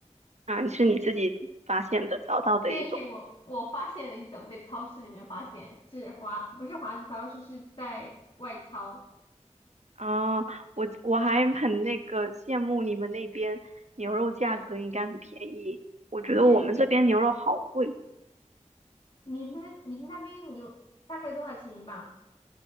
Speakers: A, on the right (about 65°); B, on the left (about 45°).
A: 啊，是你自己发现的、找到的一种。
B: 对，我我发现了一种，在超市里面发现是华不是华人超市，是在外超。
A: 啊，我我还很那个羡慕你们那边牛肉价格应该很便宜，
B: 嗯，
A: 我觉得我们这边牛肉好贵，
B: 你你们你们那边有大概多少钱一磅？